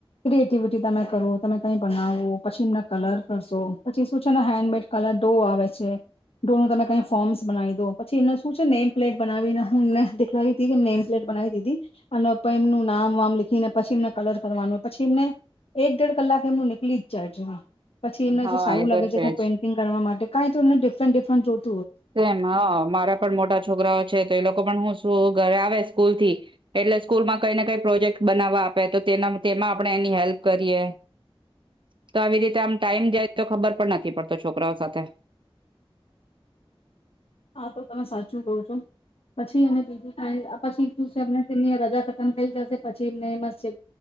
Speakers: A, on the left; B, on the right.
A: ક્રિએટિવિટી તમે કરો તમે કઈ બનાવો પછી એમને કલર કરશો પછી શું છેને હેન્ડમેડ કલર ડો આવે છે ડો નું તમે કઈ ફોર્મ્સ બનાવી દો પછી એમને શું છે નેમ પ્લેટ બનાવીને હું એમને દેખવી દી કે નેમ પ્લેટ બનાવી દીધી અને એમનું નામ વામ લીખીને પછી એમને કલર કરવાનું હોય પછી એમને એક દેડ કલાક એમનું નીકળી જ જાય છે પછી એમને
B: હા
A: તો સારું
B: એ
A: લાગે છે હું
B: જ
A: પેઇન્ટિંગ કરવા માટે કઈ તો ડિરન્ટ ડિફન્ટ
B: તેમ હ મારા પણ મોટા છોકરાઓ છે તો એ લોકો પણ હું ઘરે આવે સ્કૂલ થી એટલે સ્કૂલમાં કઈને કઈ પ્રોજેક્ટ બનાવવા આપે તો તેમાં આપણે એની હેલ્પ કરીએ તો આવી રીતે આમ ટાઈમ જાય તો ખબર પણ નથી પડતો છોકરાઓ સાથે
A: હા તો તમે સાચું કો છો પછી અને બીજું કઈ પછી તમને સની રા ખતમ થઈ જશે પછી એમને છે